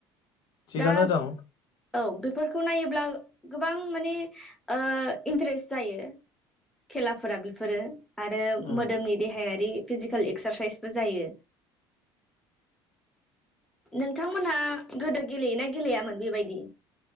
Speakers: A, on the left; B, in the centre.
A: थिगानो
B: दा
A: दं
B: औ बेफोरखौ नायोब्ला गोबां माने ओ इन्टारेस्ट जायो खेलाफोरा बेफोरो आरो
A: उम
B: मोदोमनि देहायारि फिजिकेल एक्सारसाइसबो जायो नोंथांमोनहा गोदो गेलेयोना गेलेयामोन बेबायदि